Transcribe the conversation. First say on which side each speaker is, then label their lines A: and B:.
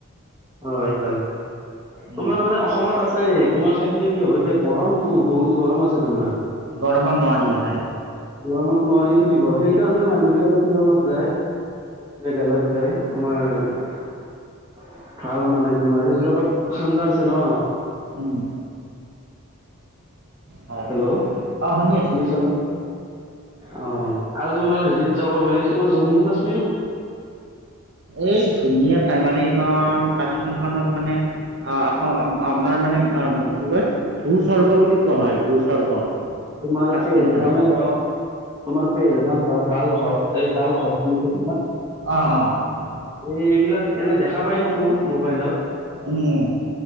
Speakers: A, on the right; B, on the right.
A: হয় হয়
B: উম,
A: তোমাৰ মানে অসমত আছে তোমাৰ। থাকিলে কি হ'ব এতিয়া গৰমতটো বহুত গৰম আছে তোমাৰ।
B: গৰমৰ নোৱাৰি হয়।
A: গৰমত নোৱাৰি ফুৰিব সেইকাৰণে মানুহবলাকে শ্বিলঙত যায়। হৈ গেলত যায় তোমাৰ। ভাল মানে তোমাৰ সেইবিলাকত ঠাণ্ডা আছে ন।
B: উম। হয়
A: হেল্ল'
B: অ শুনি আছো
A: শুনিছ নে? অ আৰু তোমাৰ হেৰিত যাব পাৰি তোমাৰ জোনমুখ আছে।
B: এই ধুনীয়া তাই মানে কাশ্মীৰ খনক মানে আমাৰ মানে কি কয় স্বৰ্গ বুলি কোৱা হয় ভূস্বৰ্গ।
A: তোমাৰ
B: কাশ্মীৰখনক
A: ভেদগ মে অহ তোমাৰ পেৰজান বা ডালহত এই ডালহত।
B: আহ অ।
A: এই এইবিলাক এনে দেখা পাই থাকো মোবাইলত।
B: অঁ